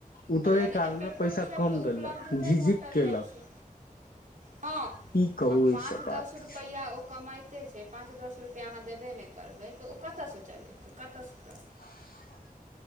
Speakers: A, on the left; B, on the right.
A: उतरे
B: बुझलियै ने
A: काल
B: जे पेट्रोलसभके
A: मे पैसा कम
B: उपलब्धते
A: देलक झिझिक
B: घटल
A: केलक
B: जाइ छै हँ
A: की कहू
B: आ पाँच
A: ई सब बात
B: दस रुपैया ओ कमा कतेक छै पाँच दस रुपैआ अहाँ देबे नहि करबै तऽ ओ कतऽ सँ चलेतै कतऽ सँ
A: <inaudible>